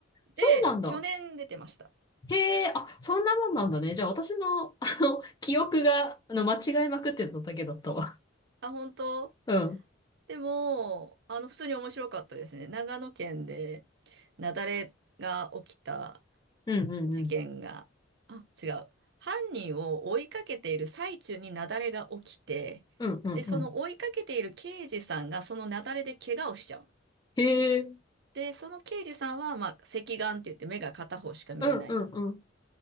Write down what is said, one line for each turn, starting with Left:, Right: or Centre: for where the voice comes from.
Left: そうなんだ。
Right: で、去年出てました。
Left: へえ、あ、そんなもんなんだね。じゃあ私の、<laughs> あの、記憶が、あの、間違えまくってただけだったわ。
Right: あ、本当
Left: うん。
Right: でも、あの、普通に面白かったですね。長野県で、雪崩が起きた
Left: うんうんうん。
Right: 事件が、あ、違う。犯人を追いかけている最中に雪崩が起きて、
Left: うんうんうん。
Right: で、その追いかけている刑事さんがその雪崩で怪我をしちゃう。
Left: へえ、う
Right: で、その刑事さんは、まあ、隻眼って言って目が片方しか見えない。
Left: んうんうん。